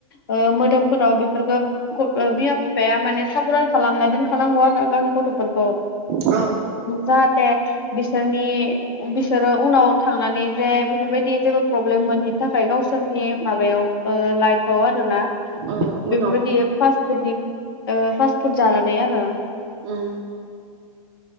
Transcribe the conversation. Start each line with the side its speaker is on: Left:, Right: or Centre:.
Left: ओ मोदोमफोराव बेफोरफोरखौ बिमा बिफाया माने साबधान खालामना दोनखानांगौ आरो गावनि गथ'फोरखौ
Right: औ
Left: जाहाथे बिसोरनि बिसोरो उनाव थांनानै जे बेफोरबायदि जेबो प्रब्लेम मोनो थाखाय गावसोरनि माबायाव लाइफआव आरोना
Right: औ
Left: बेफोरबायदि
Right: उनावहाय
Left: फास्ट फुडनि फास्ट फुड जानानै आरो
Right: उम